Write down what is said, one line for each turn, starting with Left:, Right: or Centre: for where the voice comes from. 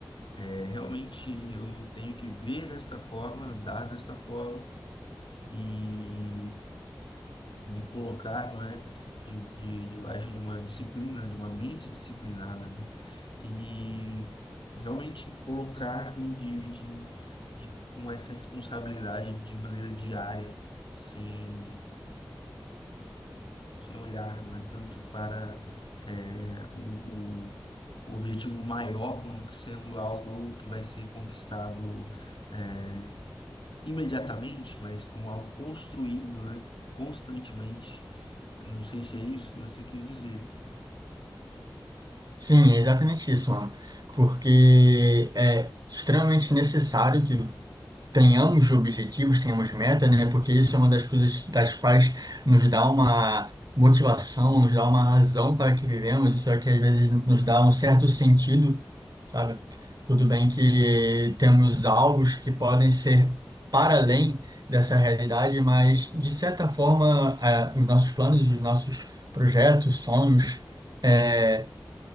Left: É, realmente eu tenho que ver desta forma, andar desta forma e me colocar, não é, de, de, debaixo de uma disciplina, de uma mente disciplinada, né? E realmente colocar-me de, de, de, com essa responsabilidade de maneira diária, sem sem olhar, não é tanto para é, o, o, o objetivo maior como que sendo algo que vai ser conquistado é, imediatamente, mas como algo construído, né, constantemente. Eu não sei se é isso que você quis dizer.
Right: Sim, é exatamente isso, mano. Porque é extremamente necessário que tenhamos objetivos, tenhamos meta, né? Porque isso é uma das coisas das quais nos dá uma motivação, nos dá uma razão para que vivemos, isso é que às vezes nos dá um certo sentido, sabe? Tudo bem que temos alvos que podem ser para além dessa realidade, mas de certa forma, eh, os nossos planos, os nossos projetos, sonhos, é,